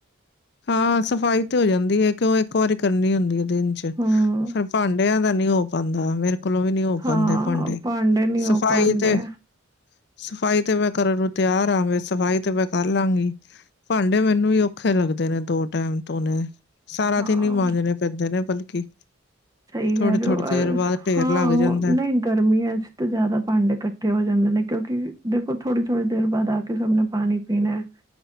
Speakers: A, on the left; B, on the right.
A: ਹਾਂ ਸਫ਼ਾਈ ਤੇ ਹੋ ਜਾਂਦੀ ਏ ਕਿਉ ਏਕ ਵਾਰੀ ਕਰਨੀ ਹੁੰਦੀ ਏ ਦਿਨ 'ਚ
B: ਹੂੰ
A: ਫੇਰ ਭਾਂਡਿਆਂ ਦਾ ਨੀ ਹੋ ਪਾਂਦਾ ਮੇਰੇ ਕੋਲੋਂ ਵੀ ਨੀ ਹੋ
B: ਹਾਂ
A: ਪਾਂਦੇ ਭਾਂਡੇ
B: ਨਹੀਂ ਹੋ
A: ਸਫ਼ਾਈ
B: ਪਾਉਂਦੇ
A: ਤੇ ਸਫ਼ਾਈ ਤੇ ਮੈਂ ਕਰਨ ਨੂੰ ਤਿਆਰ ਆਂ ਸਫ਼ਾਈ ਤੇ ਮੈਂ ਕਰ ਲਾਂਗੀ। ਭਾਂਡੇ ਮੈਨੂੰ ਵੀ ਔਖ ਔਖੇ ਲੱਗਦੇ ਨੇ ਦੋ ਟਾਈਮ ਧੋਨੇ ਸਾਰਾ
B: ਹਾਂ
A: ਦਿਨ ਈ ਮਾਂਜਣੇ ਪੈਂਦੇ ਨੇ ਬਲਕਿ
B: ਸਹੀ
A: ਥੋੜ੍ਹੀ-ਥੋੜ੍ਹੀ
B: ਕਹਿ ਰਹੇ ਓ
A: ਦੇਰ
B: ਅਰ
A: ਬਾਅਦ ਢੇਰ
B: ਹੂੰ
A: ਲੱਗ ਜਾਂਦਾ।
B: ਨਈ ਗਰਮੀਆਂ ਵਿੱਚ ਤੇ ਜਾਦਾ ਭਾਂਡੇ ਕੱਠੇ ਹੋ ਜਾਂਦੇ ਨੇ ਕਿਉਂਕਿ ਦੇਖੋ ਥੋੜੀ-ਥੋੜੀ ਦੇਰ ਬਾਦ ਆ ਕੇ ਸਭ ਨੇ ਪਾਣੀ ਪੀਣਾ ਐ